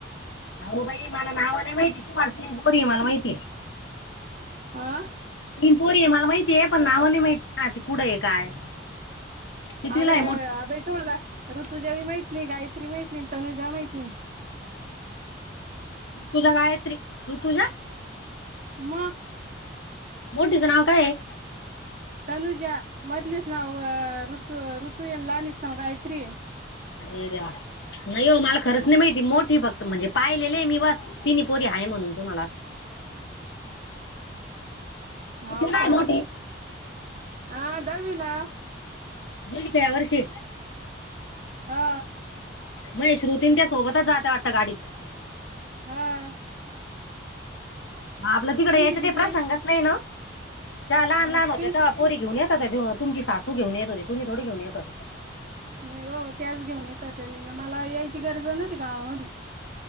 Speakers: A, on the left; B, on the right.
A: अ बाई मला नाव नाही माहिती तूमन बोरी आहे मला माहितीये
B: हा
A: तीन पोरी आहे मला माहितीय आहे पण नावाने माहिती ना कुठं आहे काय कितवीला
B: अगय
A: आहे मोठी?
B: आगई तु म्ह्हाला <unintelligible> <inaudible> ऋतुजा माहित नाही गायत्री माहित नाही तनुजा माहित नाही
A: ऋतुजा गायत्री ऋतुजा
B: मग.
A: मोठीचं नाव काय ए?
B: <unintelligible> <inaudible> तनुज मदलच नव अ ऋतू ऋतू येन लाानस नव गात्री
A: अरे देवा नाही ओ मला खरंच नाही माहिती, मोठी फक्त म्हणजे पाहिलेले आहे मी बस तिनी पोरी आहे म्हणून तुमाला अस
B: हाव
A: कितवीला आहे
B: का?
A: मोठी
B: आ दहावीला
A: गेली का यावर्षी?
B: हा
A: माहे श्रुतीं अन् त्या सोबतच जाता वाटतं गाडीत
B: हा आ.
A: आपलं तिकडं
B: तुमची
A: यायचं काई
B: दिदी?
A: प्रसंगच नाही ना, ओ त्या
B: हा.
A: लहान लहान होत्या
B: तुमची
A: तवा पोरी घेऊन येत होत्या, तुमची सासू घेऊ येत होती, तु्म्ही थोडी घेऊन येत होता.
B: नाही हो त्याच घेऊन येत, ते मी मला यायची गरज नव्हती काळामधी